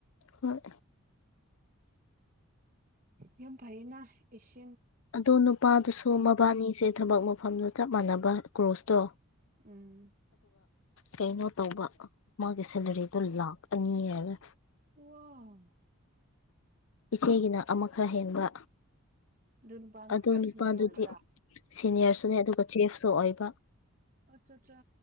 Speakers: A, on the left; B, on the right.
A: ꯍꯣꯏ
B: ꯌꯥꯝ ꯐꯥꯏꯅꯁꯤ
A: ꯑꯗꯣ ꯅꯨꯄꯥꯗꯨꯁꯨ ꯃꯕꯥꯅꯤꯁꯦ ꯊꯕꯛ ꯃꯐꯝꯗꯣ ꯆꯞ ꯃꯥꯟꯅꯕ ꯀꯣꯔ꯭ꯔꯣꯁꯇꯣ
B: ꯎꯝ
A: ꯀꯩꯅꯣ ꯇꯧꯕ ꯃꯥꯒꯤ ꯁꯦꯂꯔꯤꯗꯣ ꯂꯥꯛ ꯑꯅꯤ ꯍꯥꯏꯒ
B: ꯋꯥ
A: ꯏꯆꯦꯒꯤꯅ ꯑꯃ ꯈꯔ ꯍꯦꯟꯕ
B: ꯑꯗꯨ ꯅꯨꯄꯥꯅ
A: ꯑꯗꯨ
B: ꯈꯔ
A: ꯅꯨꯄꯥꯗꯨꯗꯤ
B: ꯁꯤꯅꯤꯌꯔ ꯑꯣꯏꯕ꯭ꯔꯥ
A: ꯁꯤꯅꯤꯌꯔꯁꯨꯅꯦ ꯑꯗꯨꯒ ꯆꯤꯐ ꯁꯣꯛꯏꯕ
B: ꯑꯠꯆꯥ ꯑꯠꯆꯥ